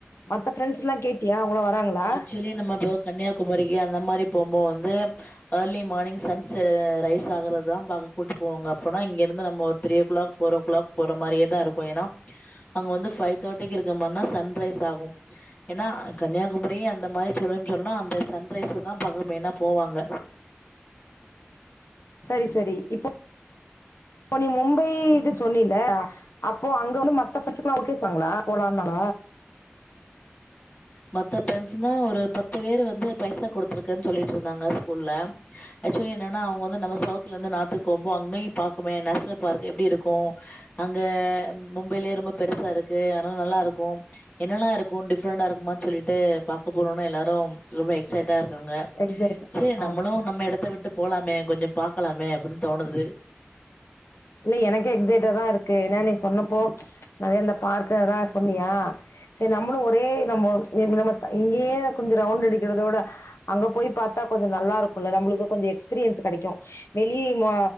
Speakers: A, on the left; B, on the left.
A: மத்த ஃரெண்ட்ஸ்ட்டலா கேட்டியா அவங்களா வராங்களா
B: ஆக்சுவலி நம்ம தோ கன்னியாகுமரி இ அந்த மாரி போம்போ வந்து ஏர்லி மார்னிங் சன் செ ரைஸ் ஆகறதான் பாக்க கூட்டிட் போவாங்க அப்பனா இங்கிருந்து நம்ம ஒரு three o'clock four o'clock போற மாதிரியேதா இருக்கு ஏனா அங்க வந்து பைவ் தேர்டி இருக் தமனா சன் ரைஸ் ஆகு ஏனா அ கன்யா <unintelligible> அந்த மாரி சொல்லுனு சொல்லா அந்த சன்ரைஸ தா பாக்க மைன்னா போவாங்க
A: சரி சரி இப்ப இப்போ இ நீ மும்பை இது சொன்னில அப்போ அங்க வந்து மத்த ஃபுட்ஸ்கலா ஒத்துகுவாஙகளா போலானாங
B: மத்த ஃபிரண்டஸ்னா ஒரு பத்து பேர் வந்து பைசா கொடுத்துருக்குன்னு சொல்லிட்டு இருந்தாங்க ஸ்கூல்ல ஆக்சுவலி என்னன்னா அவங்க வந்து நம்ம சவுத்ல இருந்து நார்த்தக்கு போம்போ அங்கயும் பாக்குமே நேஷனல் பார்க் எப்படி இருக்கு அங்க மும்பையிலயே ரொம்ப பெருசா இருக்கு அதனால நல்லா இருக்கு என்னெல்லா இருக்கு ஃப்ரண்டா இருக்குமானு சொல்லிட்டு பாக்க போரோன எல்லோரும் ரொம்ப எக்ஸைட்டாக இருந் ருக்காங்க
A: எக்ஸைட்
B: சேரி நம்மளும்
A: ஓகே
B: நம்ம எடத்த விட்டு போலாமே கொஞ்சோ பாக்கலாமே அப்படின்னு தோணுது
A: இன்னு எனக்கே எஃக்சைட்டா தா இருக்கு ஏன்னா நீ சொன்னப்போ நறைய இந்த பார்க்கதா சொன்னியா சரி நம்மளு ஒரே நம்ம இப்ப நம்ம இங்கயே கொஞ்சோ ரவுண்ட் அடிக்கிறதோட அங்க போய் பார்த்தா கொஞ்சோ நல்லா இருக்குல நம்மளுக்கு கொஞ்சோ எக்ஸ்பீரியன்ஸ் கெடைக்கும் வெளி ஆ